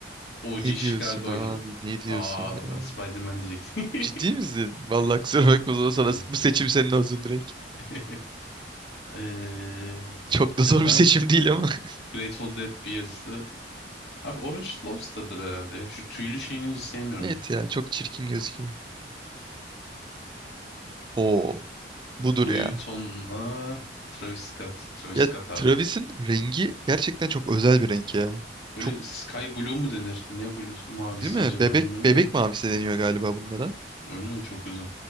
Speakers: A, on the left; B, on the right.
A: OG
B: Ne
A: Chicago'yla.
B: diyorsun abi? Ne diyorsun
A: Aa
B: ya?
A: ben Spider-Man diyecektim. <laughs>
B: Ciddi misin? Vallahi kusura bakma zor sana.
A: Benim.
B: Bu seçim senin olsun direkt.
A: <laughs> Eee,
B: Çok
A: ne
B: da zor
A: var?
B: bir seçim değil ama. <laughs>
A: Grateful Dead Beers'ı. Abi Orange Lobster'dır herhalde ya. Şu tüylü şeyini hiç sevmiyorum
B: Evet
A: ben.
B: ya çok çirkin gözüküyor. Oo. Budur
A: Louis
B: ya.
A: Vuitton'la Travis Scott. Travis
B: Ya
A: Scott abi
B: Travis'in
A: ya.
B: rengi gerçekten çok özel bir renk ya.
A: Böyle
B: Çok
A: Sky Blue mu denir? Ne blue'su mavisi
B: değil mi?
A: acaba
B: Bebek
A: bilmiyorum
B: bebek
A: da.
B: mavisi deniyor galiba bunlara.
A: Öyle mi? Çok güzel.